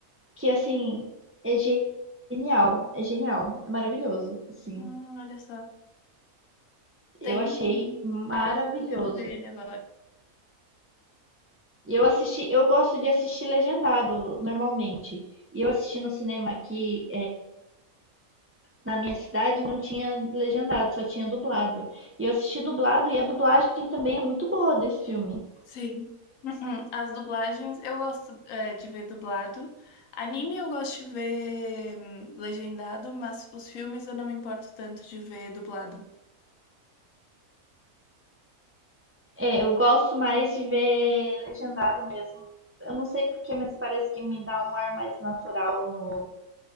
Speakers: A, on the right (about 15°); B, on the left (about 70°).
A: que assim, é genial, é genial, é maravilhoso, assim.
B: Hum, olha só.
A: Eu
B: Tem.
A: achei
B: um,
A: maravilhoso.
B: Ah, eu, eu quero ver ele agora.
A: E eu assisti, eu gosto de assistir legendado normalmente. E eu assisti no cinema aqui na minha cidade não tinha legendado, só tinha dublado. E eu assisti dublado e a dublagem também é muito boa desse filme.
B: Sim. <clears throat> Uhum. As dublagens, eu gosto, é, de ver dublado. Anime eu gosto de ver hum, legendado, mas os filmes eu não me importo tanto de ver dublado.
A: É, eu gosto mais de ver legendado mesmo. Eu não sei porquê, mas parece que me dá um ar mais natural no,